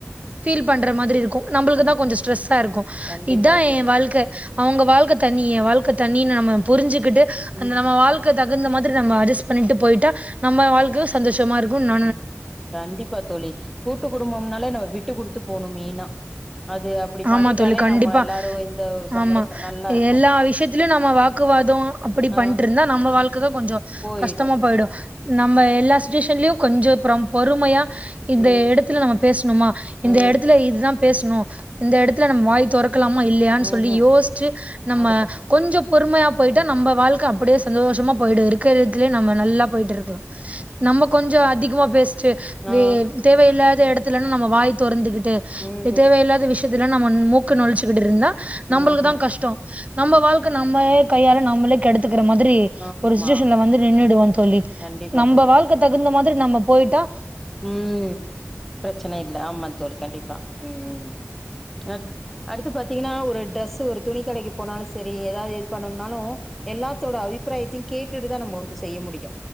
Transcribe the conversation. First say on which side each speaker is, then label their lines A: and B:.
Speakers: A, on the right; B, in the centre.
A: ஃபீல் பண்ற மாதிரி இருக்கு நம்மளுக்கு
B: கண்
A: தா கொஞ்சோ ஸ்ட்ரெஸ்ஸா இருக்கு
B: கண்டிப்பா
A: இதா ஏ
B: தோணு
A: வாழ்க்க அவுங்க வாழ்க்க தனி ஏ வாழ்க்க தனின்னு நம்ம புரிஞ்சுக்கிட்டு அந்த
B: ம்
A: நம்ம வாழ்க்க தக் குந்த மாதிரி நம்ம அட்ஜஸ்ட் பண்ணிட்டு போய்ட்டா நம்ம வாழ்கைய சந்தோஷமாருக்கு நம்
B: ம் கண்டிப்பா தோழி கூட்டு குடும்பம்னாலே நம்ம வுட்டு குடுத்து போணு மெயினா அது அப்டி
A: ஆமா
B: பண்ணிட்டாலே
A: தோழி கண்டிப்பா
B: நம்ம எல்லாரு இந்த ஒரு சமரச
A: ஆமா
B: நல்லா இருக்கு
A: எல்லா விஷயத்திலயு நம்ம வாக்குவாதோ அப்டி
B: ஆ
A: பண்ணிட்ருந்தா நம்ம வாழ்க்கைதா கொஞ்சோ
B: போயிடு
A: கஷ்டமா போய்டு நம்ம எல்லா சுச்சுவேஷன்லயு கொஞ்சோ அப்புறம் பொறுமையா இந்த
B: ம்
A: எடத்துல நம்ம பேசணுமா இந்த
B: ம்
A: எடத்துல இதுதா பேசணு இந்த எடத்துல நம்ம வாய் தொரக்க லாமா இல்லயான்னு
B: ம்ஹும்
A: சொல்லி யோசிச்சு நம்ம
B: அதுக்கப்றோ
A: கொஞ்சோ பொறுமையா போய்ட்டா நம்ம வாழ்க்க அப்டியே சந்தோஷமா போய்ட்டு இருக்கிற எடதுத்துலேயே நம்ம நல்லா போய்ட்டு இருக்கலா நம்ம கொஞ்சோ அதிகமா பேஸ் சி வே
B: ஆ
A: தேவயில்லாத இடத்துலன்னா நம்ம வாய் தொறந்துகிட்டு
B: ம்
A: தேவயில்லாத விஷ் நம்ம மூக்க நொழிச்சுக்கிட்டுருந்தா நம்மளுக்கு
B: ம்ஹும்
A: தா கஷ்டோ நம்ம வாழ்க்க நம்மளே கையால நம்மளே கெடுத்துக்கிற மாதிரி
B: ஆமா
A: ஒரு சுச்சுவேஷன்ல வந்து நின்னுடுவோ தோழி
B: கண்டிப்பா
A: நம்ம
B: தோழி
A: வாழ்க்க
B: கண்டிப்பா
A: தகுந்த மாதிரி நம்ம போய்ட்டா
B: ம் பிரச்சன இல்ல ஆமா தோழி கண்டிப்பா ம் அடுத் அடுத்து பாத்தீங்கன்னா ஒரு டிரெஸ் ஒரு துணி கடைக்கி போனாலு செரி ஏதாது இது பண்ணுனாலு எல்லாத்தோட அபிப்பிராயத்தயு கேட்டுட்டு தா நம்ம வந்து செய்ய முடியு